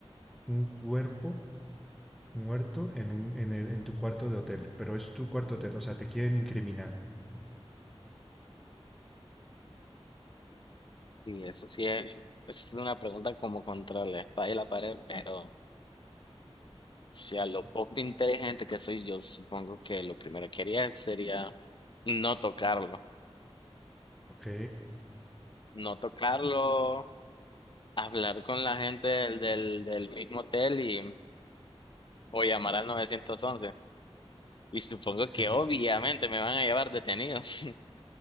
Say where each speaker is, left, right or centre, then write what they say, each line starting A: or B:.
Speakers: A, in the centre; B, on the left.
A: un cuerpo muerto en un, en el- en tu cuarto de hotel, pero es tu cuarto hotel, o sea, te quieren incriminar.
B: Y eso sí es, es una pregunta como contra la espada y la pared, pero Si a lo
A: Mm,
B: poco inteligente que soy yo, supongo que lo primero que haría sería no tocarlo.
A: Ok,
B: No tocarlo, hablar con la gente del, del, del mismo hotel y, o llamar al nueve once Y supongo que
A: sí, sí,
B: obviamente
A: sí.
B: me van a llevar detenidos. <laughs>